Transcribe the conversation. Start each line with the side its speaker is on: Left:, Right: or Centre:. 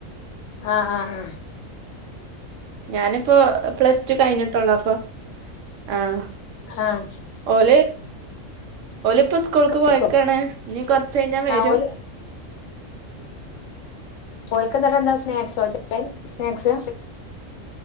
Left: ആ ആ ആ
Right: ഞാനിപ്പോ പ്ലസ് ടു കഴിഞ്ഞിട്ടൊള്ള് അപ്പം ആഹ്
Left: ആഹ്
Right: ഓല് ഓലിപ്പ സ്കൂൾക്ക്
Left: കഴിക്കോ
Right: പോയേക്കാണ് ഇനി കൊറച്ച് കഴിഞ്ഞാ വരും
Left: ആഹ് ഓല് ഓൽക്കന്ത <unintelligible> എന്താ സ്നാക്സാ <unintelligible> സ്നാക്സ്